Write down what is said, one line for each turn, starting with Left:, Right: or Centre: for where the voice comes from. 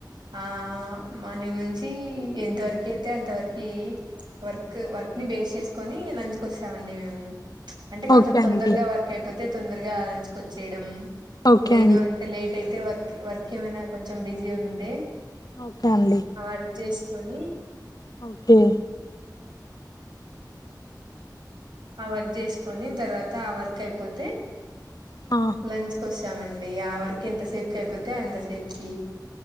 Right: ఆ మార్నింగ్ నుంచి ఎంత వరకి అయితే అంత వరకి వర్క్ వర్క్ ని బేస్ చేసుకొని లంచ్ కోస్తామండి మేము అంటే కొంచెం
Left: ఓకే
Right: తొందరగా
Left: అండి
Right: వర్క్ అయిపోతే తొందరగా లంచ్ కొచ్చేయడం
Left: ఓకే
Right: లేదు
Left: అండి
Right: అంటే లేట్ అయితే వర్క్ వర్క్ ఏమైనా కొంచెం బిజీ ఉంటే
Left: ఓకే అండి
Right: ఆ వర్క్ చేసుకొని
Left: ఓకే
Right: ఆ వర్క్ చేసుకొని తర్వాత ఆ వర్క్ అయిపోతే
Left: ఆ,
Right: లంచ్ కొ స్తామండి ఆ వర్క్ ఎంతసేపుకి అయిపోతే ఎంతసేపుకి